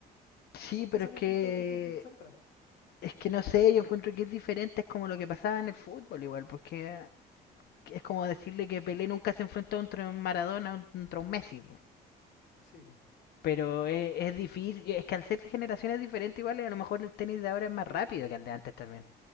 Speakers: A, on the left; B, on the left.
A: sí,
B: Nunca
A: pero
B: se
A: es
B: han
A: que
B: enfrentado contra un Pete Sampras.
A: Es que no sé, yo encuentro que es diferente, es como lo que pasaba en el fútbol igual, porque es como decirle que Pelé nunca se enfrentó contra un Maradona, contra un Messi. po.
B: Sí, po.
A: Pero es, es difícil, es que al ser de generaciones diferentes igual, y a lo mejor el tenis de ahora es más
B: sí,
A: rápido que el de antes también.